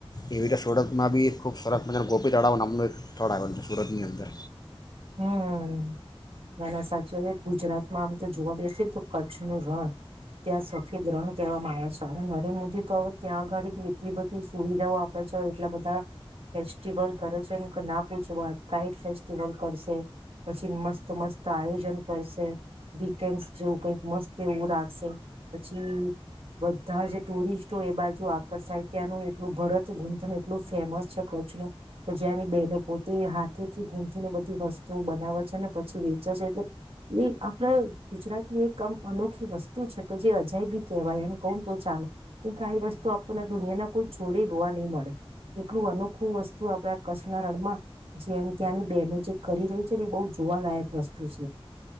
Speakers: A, on the left (about 40°); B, on the right (about 70°).
A: એવી રીતે સુરતમાં બી ખૂબ સરસ મજા ગોપ તળાવનામનું થોડા છે સુરતની અંદર
B: હમ નાના સાચીવે ગુજરાતમાં આમ તો જોવા દેશે ને તો કચ્છ નું રણ ત્યાં સફેદ રણ કહેવામાં આવે છે નરેન્દ્ર મોદી તો હવે ત્યાં આગળ એટલી બધી સુવિધાઓ આપે છે એટલા બધા ફેસ્ટિવલ કરે છે ના પૂછવા કઈ ફેસ્ટિવલ પછી મસ્ત મસ્ત આયોજન કરશે વીકેન્ડ જેવું કઈક મસ્ત એવું રાખશે પછી બધા જ ટુરિસ્ટો એ બાજુ આકર્ષાય ત્યાંનું એટલું ભરત ગૂથ એટલું ફેમસ છે કચ્છ ન તો જ્યાંની બહેનો પોતે હાથેથી ગૂને બનાવે છે ને પછી વેચે છે એટલે એ આપડ ગુજરાતની એક આમ અનોખી વસ્તુ છે કે જે અજાય બી કેહેવાય એમ કહ તો ચાલે કે આઈ વસ્તુ આપણને દુનિયાના કોઈ જોોડે જોવા નહી મળે એટલું અનોખું વસ્તુ આપડ કચ્છના રણમાં જે ત્યાંની બેનું જે કરી રહી છે ને એ બહુ જોવાલાયક વસ્તુ છે